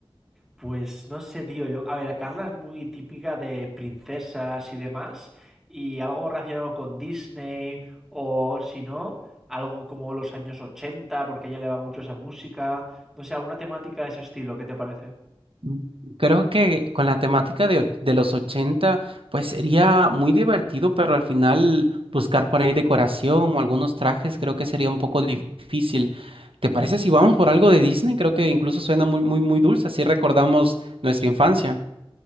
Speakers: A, in the centre; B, on the right.
A: Pues no sé, tío. Yo, a ver, Carla es muy típica de princesas y demás. Y algo relacionado con Disney o si no, algo como los años 80, porque a ella le va mucho esa música. No sé, alguna temática de ese estilo, ¿qué te parece?
B: Mm, Creo que con la temática de, de los 80, pues sería muy divertido, pero al final buscar por ahí decoración o algunos trajes creo que sería un poco difícil. ¿Te parece si vamos por algo de Disney? Creo que incluso suena muy, muy, muy dulce, así recordamos nuestra infancia.